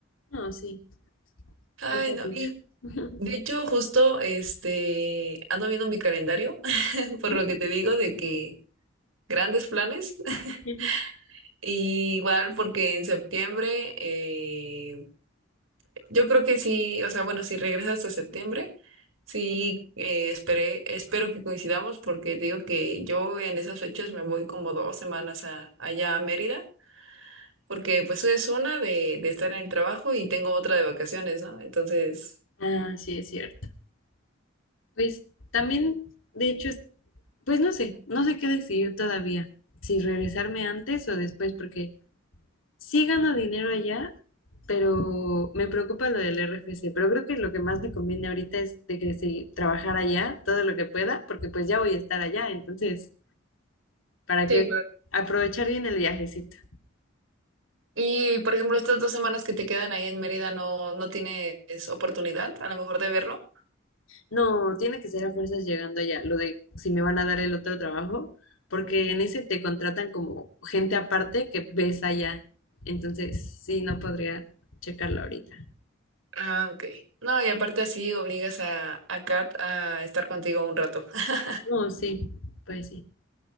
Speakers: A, on the left; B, on the right.
A: No, sí,
B: Ay,
A: falta
B: no.
A: mucho. <laughs>
B: De hecho, justo este ando viendo mi calendario, <laughs>
A: Ujú.
B: por lo que te digo de que grandes planes. <laughs>
A: <laughs>
B: Y igual porque en septiembre, eh, yo creo que sí, o sea, bueno, si regresas hasta septiembre, sí eh, esperé, espero que coincidamos porque te digo que yo en esas fechas me voy como dos semanas a, allá a Mérida, porque pues es una de, de estar en el trabajo y tengo otra de vacaciones, ¿no? Entonces...
A: Ah, sí, es cierto. Pues también, de hecho, es- pues no sé, no sé qué decidir todavía, si regresarme antes o después, porque sí gano dinero allá, pero me preocupa lo del RFC, pero creo que lo que más me conviene ahorita es de que sí, trabajar allá todo lo que pueda, porque pues ya voy a estar allá, entonces, para
B: sí
A: que aprovechar bien el viajecito.
B: Y, por ejemplo, estas dos semanas que te quedan ahí en Mérida, ¿no, no tienes oportunidad a lo mejor de verlo?
A: No, tiene que ser a fuerzas llegando allá, lo de si me van a dar el otro trabajo, porque en ese te contratan como gente aparte que ves allá. Entonces, sí, no podría checarlo ahorita.
B: Ah, ok. No, y aparte así obligas a, a Kat a estar contigo un rato. <laughs>
A: No, sí, pues sí.